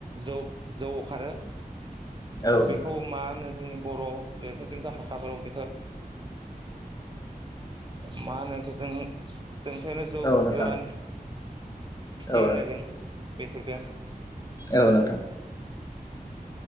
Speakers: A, on the right; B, on the left.
A: जौ जौ अखारो।
B: औ
A: बेखौ
B: नोंथां
A: मा ओनो जोंनि बर' बेखौ जोंथ' हाखाफोराव बेखो मा होनो इखो जों सोंथायानो जौ
B: औ नोंथां
A: गोरान एसेयावनो
B: औ
A: जों बेफोरफोरखो
B: औ नोंथां।